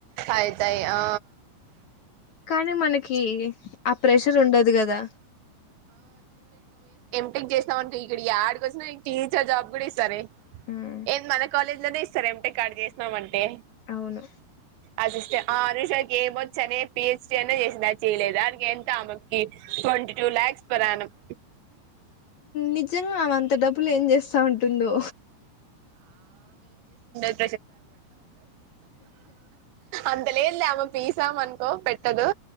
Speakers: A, on the right; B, on the left.
A: అయితయి ఆ
B: కానీ మనకి ఆ ప్రెషర్ ఉండదు కదా
A: ఎమ్ టెక్ చేసినవంటే ఇక్కడ యాడికొచ్చినా నీక్ టీచర్ జాబ్ కూడా ఇస్తారే
B: ఉమ్,
A: ఏన్ మన కాలేజ్లనే ఇస్ సరే ఎం టెక్ ఆడ చేస్నవంటే
B: అవును
A: అసిస్టెంట్ ఆ అనుషాకి ఏమొచ్చనీ పీహెచ్డీ అయినా చేసింది అది చేయలేదా దానికెంత ఆమెకి ట్వంటీ టూ లాక్స్ పర్ అనుమ్
B: నిజంగా అంత డబ్ అప్పులు ఏం చేస్తా ఉంటుందో
A: <inaudible> అంతలేద్లె ఆమక్ తీసాం అనుకో పెట్ తదు